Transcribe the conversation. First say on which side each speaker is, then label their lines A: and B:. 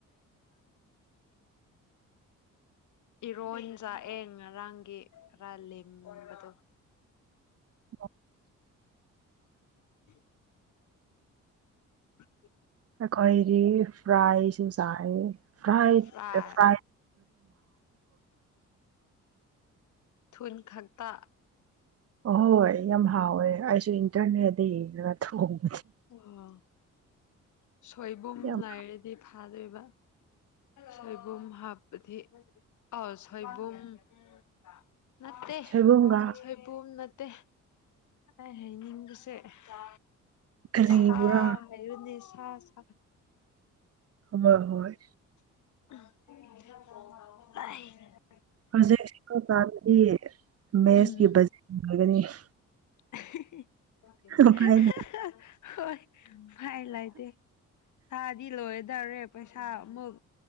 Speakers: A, on the left; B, on the right.
A: ꯏꯔꯣꯏ ꯆꯥꯛꯌꯦꯡ ꯉꯔꯥꯡꯒꯤ ꯈꯔ ꯂꯦꯝꯕꯗꯣ
B: <unintelligible>
A: <unintelligible> ꯎꯝ
B: ꯈꯩꯔꯤ ꯐ꯭ꯔꯥꯏꯁ ꯆꯥꯏ
A: ꯐ꯭ꯔꯥꯏ
B: ꯄ꯭ꯔꯥꯏ ꯄ꯭ꯔꯥꯏ
A: ꯊꯨꯟ ꯈꯛꯇ
B: ꯍꯣꯏ ꯌꯥꯝ ꯍꯥꯎꯋꯦ ꯑꯩꯁꯨ ꯏꯟꯇꯔꯅꯦꯠꯗ ꯌꯦꯡꯉ <unintelligible>
A: <unintelligible> ꯁꯣꯏꯕꯨꯝ
B: ꯌꯥꯝ
A: ꯂꯩꯔꯗꯤ ꯐꯥꯗꯣꯏꯕ ꯁꯣꯏꯕꯨꯝ ꯍꯥꯞꯄꯗꯤ ꯑ ꯁꯣꯏꯕꯨꯝ <unintelligible> ꯅꯠꯇꯦ
B: ꯁꯣꯏꯕꯨꯝꯒ
A: ꯁꯣꯏꯕꯨꯝ ꯅꯠ ꯇꯦ ꯑꯩ ꯍꯥꯏꯅꯤꯡꯕꯁꯦ ꯁꯥ
B: ꯀꯔꯤꯕ꯭ꯔꯥ
A: ꯍꯥꯏꯕꯅꯤ ꯁꯥꯁꯥ
B: ꯍꯣꯏ ꯍꯣꯏ
A: <unintelligible>
B: ꯍꯧꯖꯤꯛ <inaudible> ꯗꯗꯤ ꯃꯦꯁꯀꯤ
A: ꯎꯝ ꯎꯝ
B: <unintelligible>
A: <unintelligible>
B: ꯎꯄꯥꯏ ꯂꯩ
A: <unintelligible> ꯍꯣꯏ ꯐꯥꯏ ꯂꯥꯏꯇꯦ ꯊꯥꯗꯤ ꯂꯣꯏ ꯗꯔꯦ ꯄꯩꯁꯥ ꯑꯃꯨꯛ